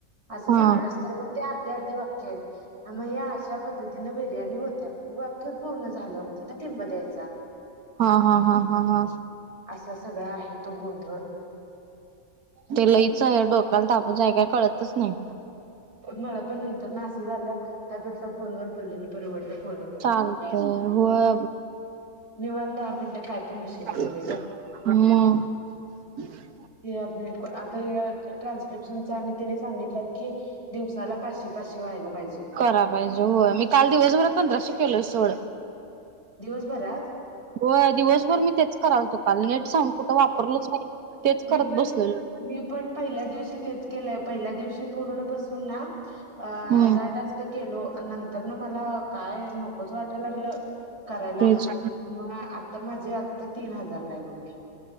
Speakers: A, on the right (about 45°); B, on the right (about 80°).
A: असं सांगाल्यास
B: हा हा
A: तर मग ते अर्धी अर्धी वाक्य आहेत. आ मग ह अशा पद्धतीने बिर्याणी होत्या वाक्य पूर्ण झालं तिथं टिंब द्यायचा.
B: हा हा हा हा हा.
A: असा सगळा आहे तो गोंधळ.
B: ते लईच हे डोकाल तर आपण जाय काय कळतच नाही
A: मला पण नंतर ना असं झालं त्यापेक्षा फोन व बोललेल परवडलं फोन करून
B: चालतय होय
A: निवांत दहा मिनिटं काय
B: ह
A: पण विषय निघतोय ग. आ ट्रान्स्क्रिप्शन आणि सांगित की दिवसाला पा शी व्हायला पाहिजे
B: रा पाहिजे मी काल दिवसभरात पंधराशे केलो सोड
A: दिवसभरात
B: हो दिवसभर मी तेच कराल होतो काल नेट सांग कुठं वापरलोच नाही तेच
A: मी
B: करत
A: पण
B: बसलेलो
A: मी पण पहिल्या दिवशी तेच केलंय पहिल्या दिवशी पूर्ण बसून ना अ
B: हम्म
A: हजार टास्क केलो नंतर न मला काय नकोच वाटायला लागलं करायला
B: तेच
A: म आता माझे आता तीन हजारला आहे बघ मी